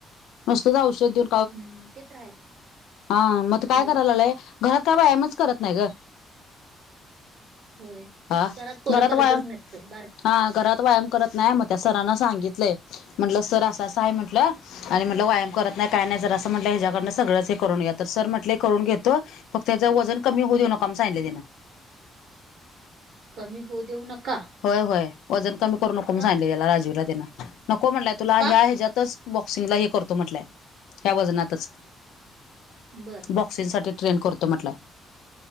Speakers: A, on the left (about 85°); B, on the right (about 65°).
A: नसतंच औषध देऊ
B: हम्म ते तर रा आहे
A: हा मग काय
B: होय
A: करायला लालंय घरात काय व्यायामच करत नाही ग
B: होय
A: हा
B: घरात पोरं करतच
A: व्यायाम
B: नाहीत ते बार
A: हा घरात व्यायाम करत नाही मग त्या सरांन सांगितलंय म्हटलं सर असं असं आहे म्हटलं आणि म्हणलं व्यायाम करत नाही काय नाही जर असं म्हटलं ह्याकडं सगळंच हे करून येत तर सर म्हटलंय करून घेतो फक् त्यां वजन कमी होऊ देऊ नकाम सांगले त्यांना
B: कमी होऊ देऊ नका
A: होय होय वजन कमी करू नको म
B: का
A: सांगले त्याला राजीवला त्यांना नको म्हणलंय तुला
B: का
A: ह्या ह्याच्या्यातच बॉक्सिंगला हे करतो म्हटलंय ह्या वजनातच
B: बरं
A: बॉक्सिंग साठी ट्रेन करतो म्हटलं